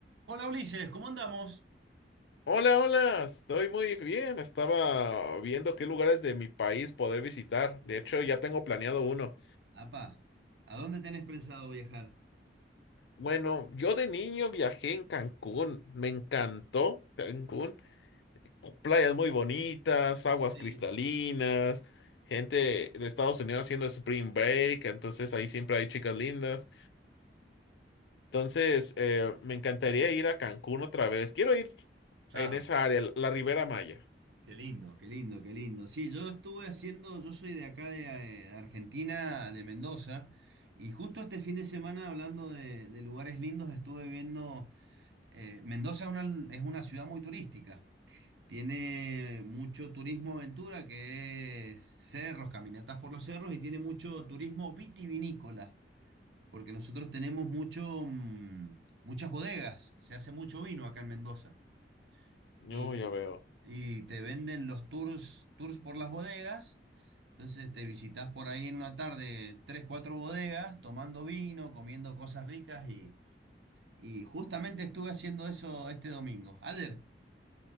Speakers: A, on the right; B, on the left.
A: Hola Ulises, ¿cómo andamos?
B: Hola, hola, estoy muy bien. Estaba viendo qué lugares de mi país poder visitar. De hecho, ya tengo planeado uno.
A: Apa, ¿a dónde tenés pensado viajar?
B: Bueno, yo de niño viajé en Cancún. Me encantó Cancún. Playas muy bonitas, aguas
A: Sí,
B: cristalinas, gente de Estados Unidos haciendo spring break. Entonces ahí siempre hay chicas lindas. Entonces, eh, me encantaría ir a Cancún otra vez. Quiero ir
A: claro,
B: en esa área, la Ribera Maya.
A: qué lindo. Qué lindo, qué lindo. Sí, yo estuve haciendo, yo soy de acá de, eh, de Argentina, de Mendoza, y justo este fin de semana, hablando de, de lugares lindos, estuve viendo, eh, Mendoza es una, es una ciudad muy turística. Tiene mucho turismo aventura, que es cerros, caminatas por los cerros, y tiene mucho turismo vitivinícola. porque nosotros tenemos mucho, mm, muchas bodegas, se hace mucho vino acá en Mendoza
B: No,
A: y,
B: ya veo,
A: y te venden los tours, tours por las bodegas, entonces te visitas por ahí en una tarde tres, cuatro bodegas, tomando vino, comiendo cosas ricas y, y justamente estuve haciendo eso este domingo. Ader,